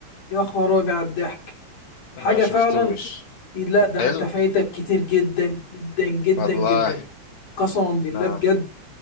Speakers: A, on the left; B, on the left.
A: يا خرابي على الضحك حاجه
B: أنا ما شفتوش
A: فعلا لا ده
B: حلو
A: انت فايتك كتير جدا جدا جدا
B: والله
A: جدا قسما بالله
B: آه
A: بجد